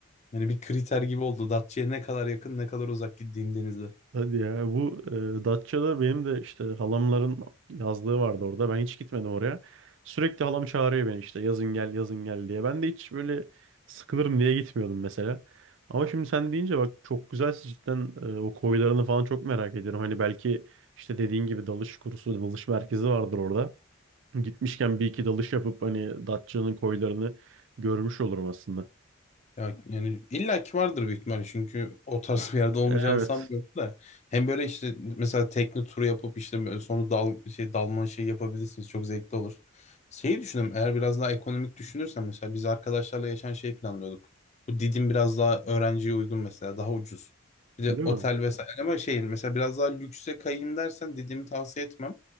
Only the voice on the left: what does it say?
Yani bir kriter gibi oldu. Datça'ya ne kadar yakın ne kadar uzak gittiğim denizler.
Ya yani illaki vardır büyük ihtimalle çünkü o tarz <laughs> bir yerde olmayacağını
sanmıyorum da hem böyle işte mesela tekne turu yapıp işte böyle sonra dal şey dalma şeyi yapabilirsiniz çok zevkli olur. Şeyi düşündüm eğer biraz daha ekonomik düşünürsen mesela biz arkadaşlarla geçen şey planlıyorduk. Bu Didim biraz daha öğrenciye uygun mesela daha ucuz. Bir de
otel vesaire ama şey mesela biraz daha lükse kayayım dersen Didim'i tavsiye etmem.